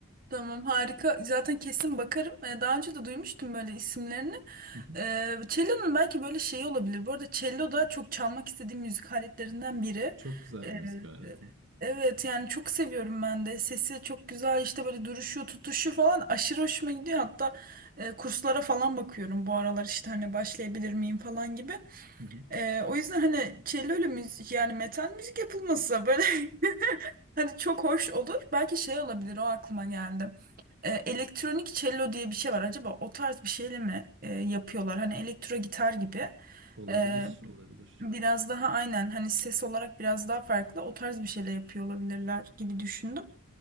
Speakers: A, on the right; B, on the right.
A: Tamam harika. Zaten kesin bakarım. Ee, Daha önce de duymuştum böyle isimlerini.
B: Hı hı.
A: Ee, cello'nun belki böyle şeyi olabilir. Bu arada cello da çok çalmak istediğim müzik aletlerinden biri.
B: Çok güzel
A: Ee,
B: bir müzik aleti.
A: evet yani çok seviyorum ben de. Sesi çok güzel işte böyle duruşu, tutuşu falan aşırı hoşuma gidiyor. Hatta e, kurslara falan bakıyorum bu aralar işte hani başlayabilir miyim falan gibi.
B: Hı hı.
A: Ee, o yüzden hani cello ile müzik yani metal müzik yapılması böyle <laughs> Hani çok hoş olur. Belki şey olabilir o aklıma geldi. Ee, elektronik cello diye bir şey var. Acaba o tarz bir şeyle mi e, yapıyorlar? Hani elektro gitar gibi.
B: Olabilir,
A: Ee,
B: olabilir.
A: biraz daha aynen hani ses olarak biraz daha farklı o tarz bir şeyle yapıyor olabilirler gibi düşündüm.